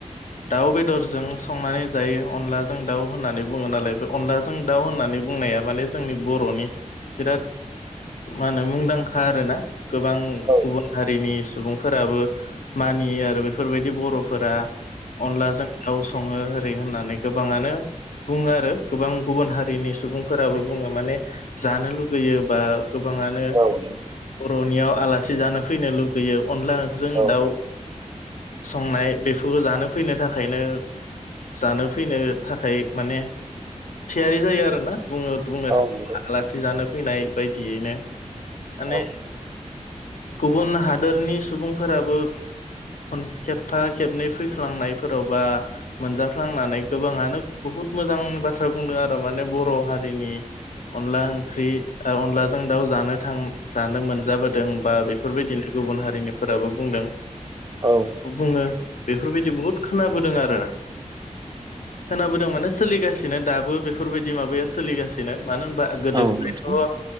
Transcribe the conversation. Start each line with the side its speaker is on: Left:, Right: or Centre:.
Left: दाउ बेदरजों संनानै जायो अनलाजों दाउ होननानै बुङो नालाय बे अनलाजों दाउ होननानै बुंनाया माने जोंनि बर'नि बिराद मा होनो मुंदांखा आरो ना गोबां
Right: औ
Left: गुबुन हारिनि सुबुंफोराबो मानियो आरो बेफोरबायदि बर'फोरा अनलाजों दाउ संङो ओरै होननानै गोबांङानो बुंङो आरो गोबां गुबुन हारिनि सुबुंफोराबो बुङो माने जानो लुगैयो बा गोबांङानो
Right: औ नंगौ।
Left: बर'नियाव आलासि जानो फैनो लुगैयो अनलाजों
Right: औ
Left: दाउ संनाय बेफोरबो जानो फैनो थाखायनो जानो फैनो थाखाय माने थियारि जायो आरोना बुङ बुंनो
Right: औ
Left: थां
Right: नंगौ
Left: आलासि जानो फैनाय बेबायदिनो माने
Right: औ
Left: गुबुन हादोरनि सुबुंफोराबो खन खेबथा खेबनै फैफ्लांनायफोराव बा मोनजाफ्लांनानै गोबांङानो बुहुत मोजां बाथ्रा बुंदों आरो माने बर' हारिनि अनला ओंख्रि अनलाजों दाउ जानो थां जानो मोनजाबोदों बा बेफोरबायदिनो गुबुन हारिनिफोराबो बुंदों।
Right: औ
Left: बुंङो। बेफोरबायदि बहुद खोनाबोदों आरो खोनाबोदों माने सोलिगासिनो दाबो बेफोरबायदि माबाया सोलिगासिनो मानो होनबा गोदो
Right: औ
Left: गोदायथ'
Right: नोंथां